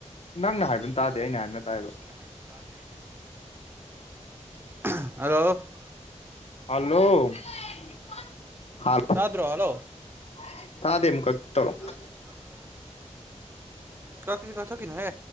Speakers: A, on the left; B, on the right.
A: ꯅꯪꯅ ꯍꯥꯏꯕꯅ ꯇꯥꯗꯦ ꯑꯩꯅ ꯍꯥꯏꯕꯅ ꯇꯥꯏꯕ
B: <unintelligible> <unintelligible>
A: ꯍꯜꯂꯣ <unintelligible>
B: ꯇꯥꯗ꯭ꯔꯣ ꯍꯜꯂꯣ
A: <unintelligible> ꯊꯥꯗꯦ ꯑꯃꯨꯀꯥ ꯇꯧꯔꯛ
B: <unintelligible>
A: ꯑꯣ
B: ꯀꯛꯇꯤ ꯀꯛ ꯊꯠ ꯈꯤꯅꯨ ꯍꯦ